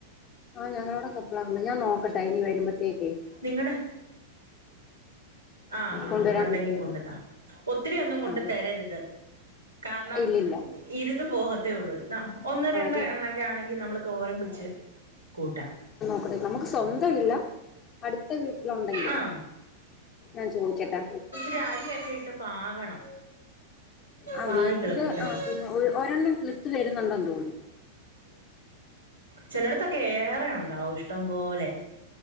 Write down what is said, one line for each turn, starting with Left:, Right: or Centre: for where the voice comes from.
Left: ആഹ് ഞങ്ങളടെ കപ്പള ഉണ്ട് ഞാൻ നോക്കട്ടാ ഇനി വരുമ്പത്തേക്ക്
Right: നിങ്ങടെ ആഹ് ആഹ്
Left: കൊണ്ടുവരാൻ
Right: ഉണ്ടെങ്കി
Left: പറ്റൂന്ന്
Right: കൊണ്ട്താ ഒത്തിരി ഒന്നും കൊണ്ട്
Left: ആഹ് അത്
Right: തരരുത് കാരണം
Left: ഇല്ലില്ല
Right: ഇരുന്ന് പോകത്തേ ഉള്ളൂ ഒന്ന്
Left: ആഹ്
Right: രണ്ട്
Left: അത്
Right: എണ്ണൊക്കെ ആണെങ്കി നമ്മള് തോരമ്പിച്ച് കൂട്ട
Left: <unintelligible> നമുക്ക് സ്വന്തം ഇല്ല അടുത്ത വീട്ടിലുണ്ടെങ്കിലേ
Right: ആഹ്
Left: ഞാൻ ചോദിക്കട്ടെ
Right: ചാരിയൊക്കെ ഇട്ട് പാകണം
Left: ആഹ്
Right: പാകി
Left: വീട്ടില്
Right: കിളിപ്പിക്കണം
Left: അഹ് ഒരെണ്ണം കിൾത്ത് വരുന്നുണ്ടന്ന് തോന്നു
Right: ചിലടത്തൊക്കെ ഏറെ ഉണ്ടാവും ഇഷ്ടം പോലെ